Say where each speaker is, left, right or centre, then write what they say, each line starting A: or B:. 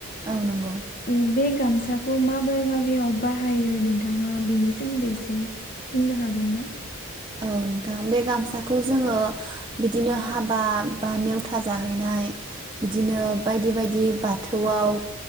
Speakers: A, on the right; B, on the left.
A: औ नंगौ
B: ओ बे गामसाखौ माबे माबेयाव बाहायो नोंथाङा बेनि सोमोन्दै एसे बुंनो हागोन ना?
A: औ नोंथां बे गामसाखौ जोङो बिदिनो हाबा बा नेवथा जाहैनाय बिदिनो बायदि बायदि बाथौआव